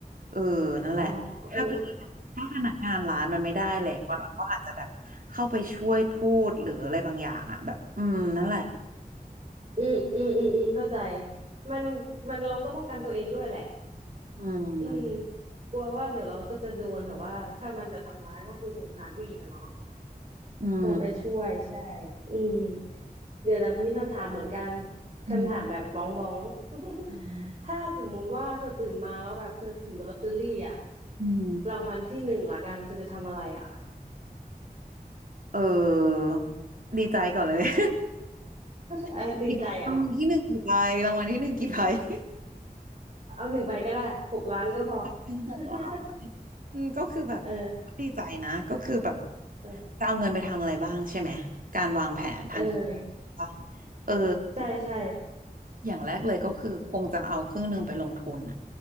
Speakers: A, on the right (about 65°); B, on the right (about 45°).
A: เออนั่นแหละถ้าพนักถ้าพนักงานร้านมันไม่ได้แหละเราก็อาจจะแบบเข้าไปช่วยพูดหรืออะไรบางอย่างอะแบบอืมนั่นแหละ
B: อ๋อเอออืมอืมอืมอืมเข้าใจมันมันเราต้องป้องกันตัวเองด้วยแหละ
A: อืม
B: อืมกลัวว่าเดี๋ยวเราก็จะโดนแต่ว่าถ้ามันจะทำร้ายก็คือสงสารผู้หญิงอะเนาะ
A: อืม
B: คงไปช่วยใช่อืมเดี๋ยวนะมีคำถามเหมือนกันคำถามแบบบ้องบ้อง
A: อืม
B: <laughs>
A: อืม
B: ถ้าสมมุติว่าเธอตื่นมาแล้วแบบเธอถูกลอตเตอรี่อะ
A: อืม
B: รางวัลที่หนึ่งละกันเธอจะทำอะไรอะ
A: เออดีใจก่อนเลย <laughs>
B: <laughs> ไอ้ตีใจเหรอ
A: กี่ใบรางวัลที่หนึ่งกี่ใบรางวัลที่หนึ่งกี่ใบ <laughs>
B: เอาหนึ่งใบก็ได้หกล้านก็พอ
A: หนึ่งหกล้าน
B: <laughs>
A: อืมก็คือแบบ
B: เออ
A: ดีใจนะก็คือแบบ
B: เออ
A: จะเอาเงินไปทำอะไรบ้างใช่ไหมการวางแผนทาง
B: เออ
A: ป่ะเออ
B: ใช่ใช่
A: อย่างแรกเลยก็คือคงจะเอาครึ่งหนึ่งไปลงทุนอ่ะ